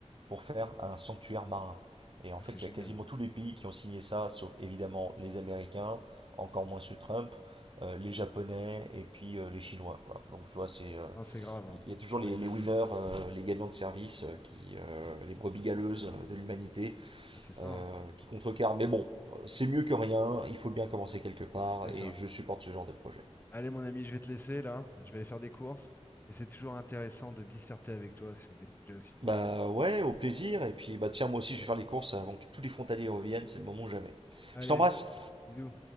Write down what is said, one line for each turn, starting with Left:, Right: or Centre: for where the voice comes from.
Right: pour faire un sanctuaire marin. Et en
Left: Ah,
Right: fait,
Left: c'est génial.
Right: il y a quasiment tous les pays qui ont signé ça, sauf évidemment les Américains, encore moins ceux de Trump, euh, les Japonais et puis euh, les Chinois, quoi. Donc tu vois, c'est euh,
Left: Ah, c'est grave, hein.
Right: il y a toujours
Left: Franchement,
Right: les,
Left: ils
Right: les
Left: abusent.
Right: winners,
Left: hein.
Right: euh, les gagnants de service, euh, qui, euh, les brebis galeuses de l'humanité
Left: Ah, c'est ça,
Right: euh,
Left: hein.
Right: qui contrecarrent. Mais bon, euh, c'est mieux que rien, il faut bien commencer quelque part
Left: C'est
Right: et
Left: ça.
Right: je supporte ce genre de projet.
Left: Allez, mon ami, je vais te laisser là. Je vais aller faire des courses. Mais c'est toujours intéressant de disserter avec toi sur des sujets aussi profonds.
Right: Bah ouais, au plaisir. Et puis bah tiens, moi aussi je vais faire les courses avant que tous les frontaliers reviennent, c'est le moment jamais.
Left: Allez,
Right: Je t'embrasse!
Left: bisous.